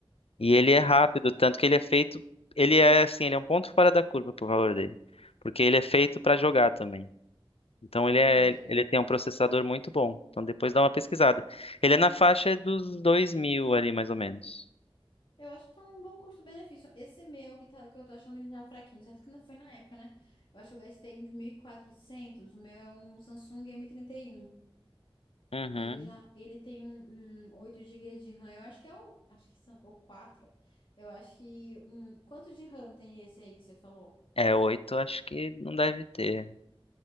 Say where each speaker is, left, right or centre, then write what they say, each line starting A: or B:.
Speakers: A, on the left; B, on the left.
A: E ele
B: gosto.
A: é rápido, tanto que ele é feito, ele é assim, ele é um ponto fora da curva pro valor dele, porque ele é feito pra jogar também. Então ele é,
B: Adorei.
A: ele tem um processador muito bom. Então depois dá uma pesquisada. Ele é na faixa dos 2000 ali, mais ou menos.
B: Eu acho que tá num bom custo-benefício. Esse meu que, tá, que eu tô achando ele já fraquinho, certo que não foi na época, né? Eu acho que eu gastei uns mil e quatrocentos O meu é um Samsung m trinta e um
A: Uhum.
B: Ele já, ele tem um, um 8 GB de RAM. Eu acho que é o, acho que são o quatro Eu acho que um, quanto de RAM tem esse aí que você falou?
A: É, 8 acho que não deve ter.